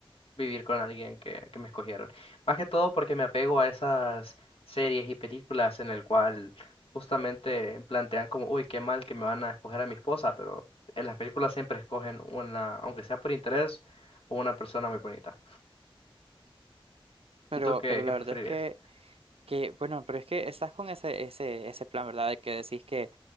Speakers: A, on the left; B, on the right.
A: vivir con alguien que, que me escogieron. Más que todo porque me apego a esas series y películas en el cual justamente plantean como, uy, qué mal que me van a escoger a mi esposa, pero en las películas siempre escogen una, aunque sea por interés, o una persona muy bonita.
B: Pero,
A: ¿Y tú qué,
B: pero
A: qué
B: la
A: preferirías?
B: verdad es que Que, bueno, pero es que estás con ese, ese, ese plan, ¿verdad? De que decís que,